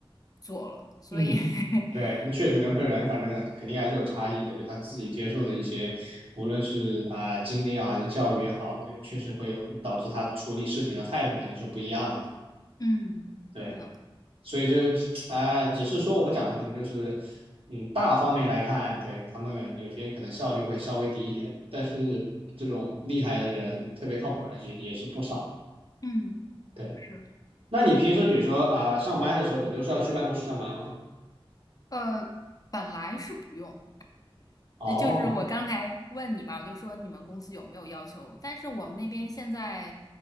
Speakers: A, on the left; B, on the right.
A: 做了，所以
B: 嗯，
A: <laughs>
B: 对，那确实人和人，
A: 对，
B: 反正肯定还是有差异的，就他自己接受的一些，无论是啊、呃经历啊，还是教育也好，对，确实会有导致他处理事情的态度肯定是不一样的，
A: 嗯，
B: 对，
A: 是的，
B: 所以这啊、呃只是说我们讲的可能就是，嗯，大方面来看，对，他们有些可能效率会稍微低一点，但是这种厉害的人，特别靠谱的人也也是不少
A: 嗯，
B: 对。
A: 是，
B: 那你平时比如说啊、呃上班的时候，你都是要去办公室上班吗？
A: 呃，本来是不用。
B: 哦
A: 就是我刚才问你嘛，我就说你们公司有没有要求？但是我们那边现在